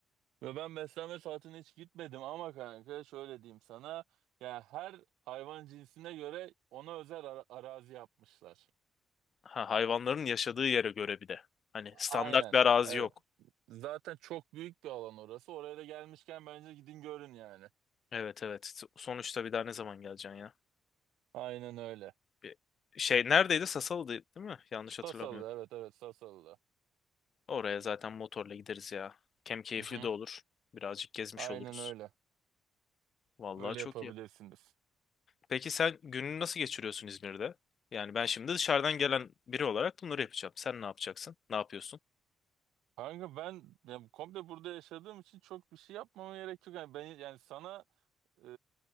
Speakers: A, on the right (about 80°); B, on the left (about 50°).
A: Ve ben beslenme saatine hiç gitmedim ama kanka şöyle diyeyim sana. Ya her hayvan cinsine göre ona özel ara- arazi yapmışlar.
B: Ha, hayvanların yaşadığı yere göre bir de. Hani standart
A: Aynen.
B: bir arazi
A: Evet.
B: yok.
A: Zaten çok büyük bir alan orası. Oraya da gelmişken bence gidin görün yani.
B: Evet evet. So- Sonuçta bir daha ne zaman geleceksin ya?
A: Aynen öyle.
B: Bir şey neredeydi? Sasalı'da değil mi? Yanlış hatırlamıyorum.
A: Sasalı evet evet Sasalı'da.
B: Oraya zaten motorla gideriz ya. Hem keyifli
A: Hı hı.
B: de olur. Birazcık gezmiş
A: Aynen
B: oluruz.
A: öyle.
B: Vallahi
A: Öyle
B: çok
A: yapabilirsiniz.
B: iyi. Peki sen gününü nasıl geçiriyorsun İzmir'de? Yani ben şimdi dışarıdan gelen biri olarak bunları yapacağım. Sen ne yapacaksın? Ne yapıyorsun?
A: Kanka ben ya, komple burada yaşadığım için çok bir şey yapmama gerek yok. Yani ben yani sana Ee,